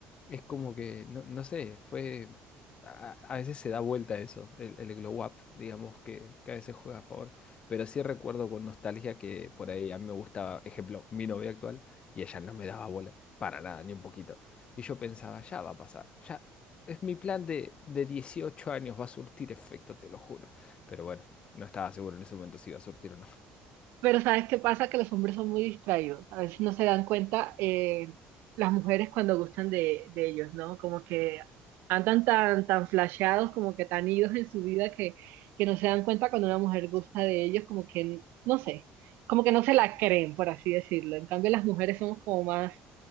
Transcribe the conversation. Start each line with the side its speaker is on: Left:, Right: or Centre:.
Left: Es como que, no, no sé, fue... A, a veces se da vuelta eso, el, el glow up, digamos, que, que a veces juega a favor. Pero sí recuerdo con nostalgia que por ahí a mí me gustaba, ejemplo, mi novia actual, y ella no me daba bola, para nada, ni un poquito. Y yo pensaba, ya va a pasar, ya... Es mi plan de, de 18 años, va a surtir efecto, te lo juro. Pero bueno, no estaba seguro en ese momento si iba a surtir o no.
Right: Pero ¿sabes qué pasa? Que los hombres son muy distraídos. A veces no se dan cuenta eh, las mujeres cuando gustan de, de ellos, ¿no? Como que andan tan, tan flasheados, como que tan idos en su vida que, que no se dan cuenta cuando una mujer gusta de ellos, como que, no sé, como que no se la creen, por así decirlo. En cambio, las mujeres somos como más,